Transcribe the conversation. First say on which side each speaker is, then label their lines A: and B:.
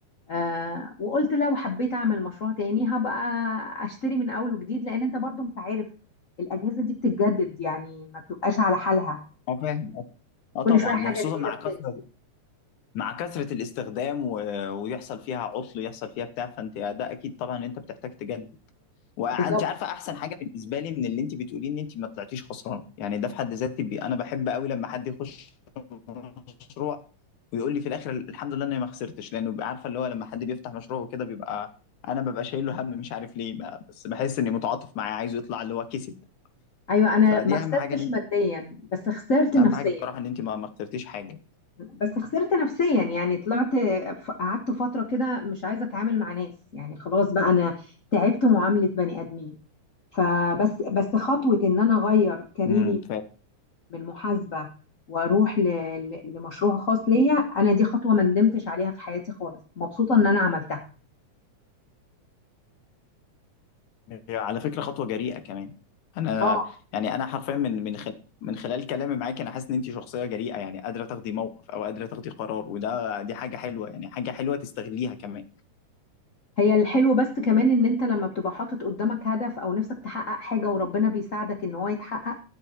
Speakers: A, on the left; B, on the left.
A: آه وقلت لو حبيت أعمل مشروع تاني هبقى أشتري من أول وجديد لأن أنت برضو أنت عارف الأجهزة دي بتتجدد يعني ما بتبقاش على حالها
B: أه فاهم اه طبعا
A: كل شوية حاجة
B: وخصوصا
A: جديدة
B: مع كثره
A: بتنزل
B: مع كثره الاستخدام و... ويحصل فيها عطل يحصل فيها بتاع فانت ده اكيد طبعا ان انت بتحتاج تجدد وانت
A: بالظبط
B: عارفه احسن حاجه بالنسبه لي من اللي انت بتقوليه ان انت ما طلعتيش خسرانه يعني ده في حد ذاتي بي... انا بحب قوي لما حد يخش مشروع ويقول لي في الاخر الحمد لله اني ما خسرتش لانه بيبقى عارفه اللي هو لما حد بيفتح مشروع وكده بيبقى انا ببقى شايل له هم مش عارف ليه ما... بس بحس اني متعاطف معاه عايزه يطلع اللي هو كسب
A: أيوة أنا
B: فدي
A: ما خسرتش
B: اهم حاجه ان انت
A: ماديا بس خسرت
B: اهم
A: نفسيا
B: حاجه بصراحه ان انت ما ما خسرتيش حاجه
A: بس خسرت نفسيا يعني طلعت ف- قعدت فترة كده مش عايزة اتعامل مع ناس يعني خلاص بقى انا تعبت معاملة بني ادمين فبس بس خطوة ان انا اغير كاريري
B: امم
A: من محاسبة واروح ل... ل- لمشروع خاص ليا انا دي خطوة ما ندمتش عليها في حياتي خالص مبسوطة ان انا عملتها
B: على فكرة خطوة جريئة كمان انا
A: اه
B: يعني انا حرفيا من من خلال من خلال كلامي معاك انا حاسس ان انت شخصية جريئة يعني قادرة تاخدي موقف او قادرة تاخدي قرار وده دي حاجة حلوة يعني حاجة حلوة تستغليها كمان
A: هي الحلو بس كمان ان انت لما بتبقى حاطط قدامك هدف او نفسك تحقق حاجة وربنا بيساعدك ان هو يتحقق